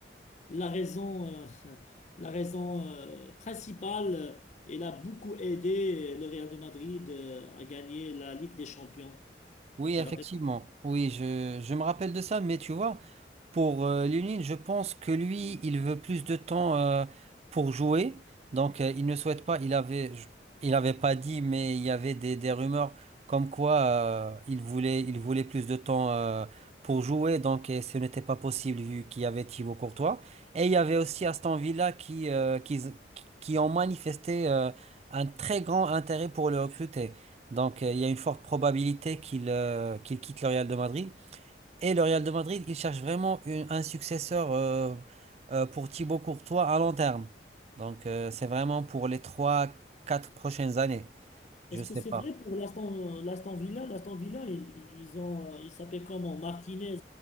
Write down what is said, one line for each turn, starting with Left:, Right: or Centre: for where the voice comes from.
Left: la raison, euh, <laughs> la raison euh, principale. Il a beaucoup aidé le Real de Madrid euh, à gagner la Ligue des Champions.
Right: Oui,
Left: Tu te
Right: effectivement.
Left: rappelles?
Right: Oui, je, je me rappelle de ça, mais tu vois, pour euh, Lunin, je pense que lui, il veut plus de temps euh, pour jouer. Donc, euh, il ne souhaite pas. Il avait, je- il avait pas dit, mais il y avait des, des rumeurs comme quoi euh, il voulait, il voulait plus de temps euh, pour jouer. Donc, et ce n'était pas possible vu qu'il y avait Thibaut Courtois. Et il y avait aussi Aston Villa qui, euh, qui, qui ont manifesté euh, un très grand intérêt pour le recruter. Donc, euh, il y a une forte probabilité qu'il euh, qu'il quitte le Real de Madrid. Et le Real de Madrid, il cherche vraiment une- un successeur euh, euh, pour Thibaut Courtois à long terme. Donc euh, c'est vraiment pour les trois, quatre prochaines années.
Left: Est-ce
Right: Je sais
Left: que c'est
Right: pas.
Left: vrai pour l'Aston l'Aston Villa? L'Aston Villa, ils, ils ont, euh, il s'appelle comment? Martinez,